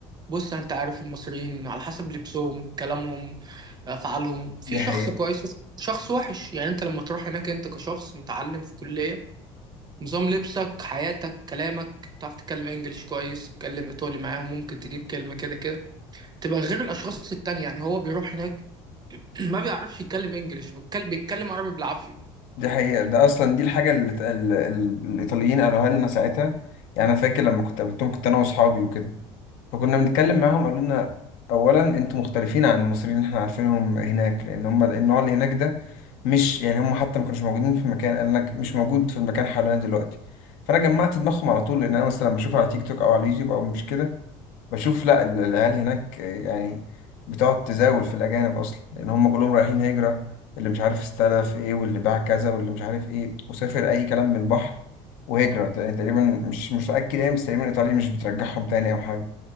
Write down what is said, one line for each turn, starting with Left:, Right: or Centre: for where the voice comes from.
Right: بص انت عارف المصريين على حسب لبسهم كلامهم افعالهم في
Left: دي حقيقة
Right: شخص كويس شخص وحش يعني انت لما تروح هناك انت كشخص متعلم في كلية نظام لبسك حياتك كلامك تعرف تتكلم انجلش كويس تتكلم ايطالي معاهم ممكن تجيب كلمة كده كده تبقى غير الاشخاص التانية يعني هو بيروح هناك <clears throat> ما بيعرفش يتكلم انجلش بيتكلم بيتكلم عربي بالعافية
Left: دي حقيقة ده أصلا دي الحاجة اللي ت- ال- ال- الإيطاليين قالوها لنا ساعتها يعني أنا فاكر لما كنت قابلتهم كنت أنا وأصحابي وكده فكنا بنتكلم معاهم قالوا لنا أولا أنتوا مختلفين عن المصريين اللي إحنا عارفينهم هناك لأن هم النوع اللي هناك ده مش يعني هم حتى ما كانوش موجودين في المكان قال لك مش موجود في المكان حوالينا دلوقتي فأنا جمعت دماغهم على طول لأن أنا مثلا لما بشوف على تيك توك أو على اليوتيوب أو مش كده بشوف لا ال- العيال هناك يعني بتقعد تزاول في الأجانب أصلا لأن هم كلهم رايحين هجرة اللي مش عارف استلف إيه واللي باع كذا واللي مش عارف إيه وسافر أي كلام من البحر وهجرة لأن تقريبا مش مش متأكد يعني بس تقريبا إيطاليا مش بترجعهم تاني أو حاجة